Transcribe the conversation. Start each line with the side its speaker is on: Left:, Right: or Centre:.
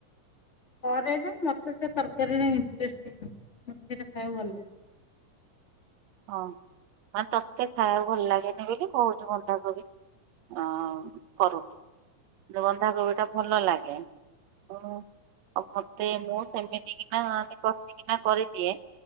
Left: କରେ ଯେ ମତେ ସେ ତରକାରୀରେ ଇଣ୍ଟ୍ରେଷ୍ଟ୍ <unintelligible> ମତେ ସେଟା ଖାଇବାକୁ ଭଲ ଲାଗେ।
Right: ହଁ ମାନେ ତତେ ଖାଇବାକୁ ଭଲ ଲାଗେନି ବୋଲି କହୁଚୁ ବଣ୍ଡାକୋବି ଆଉ କରୁନି। ଯୋଉ ବନ୍ଧାକୋବିଟା ଭଲ ଲାଗେ ଆଉ ମୋତେ ମୁଁ ସେମିତି କି ନା କସିକିନା କରିଦିଏ